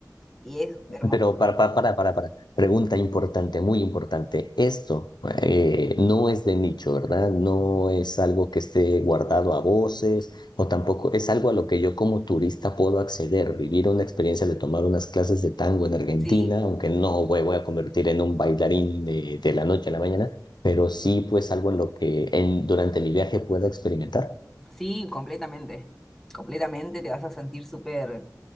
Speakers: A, in the centre; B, on the left (about 80°).
A: y es hermoso.
B: Pero para, para, para, para, para. Pregunta importante, muy importante. Esto eh, no es de nicho, ¿verdad? No es algo que esté guardado a voces o tampoco es algo a lo que yo como turista puedo acceder, vivir una experiencia de tomar unas clases de tango en Argentina,
A: Sí,
B: aunque no voy, voy a convertir en un bailarín de, de la noche a la mañana, pero sí pues algo en lo que en, durante mi viaje pueda experimentar.
A: sí, completamente, completamente te vas a sentir súper